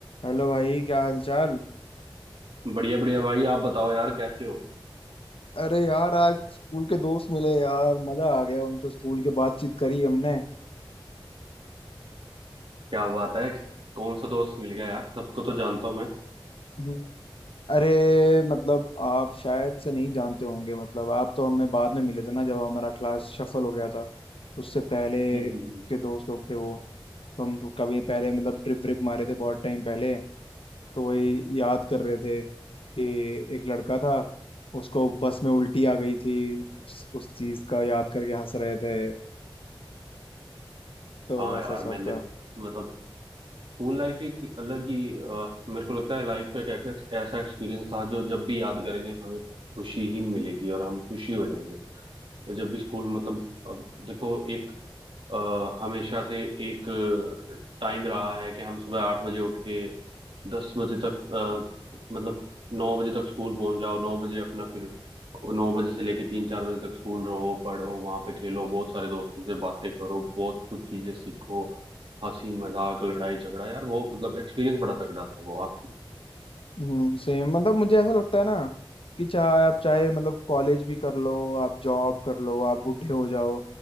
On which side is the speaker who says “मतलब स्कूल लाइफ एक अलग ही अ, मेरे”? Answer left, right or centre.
Right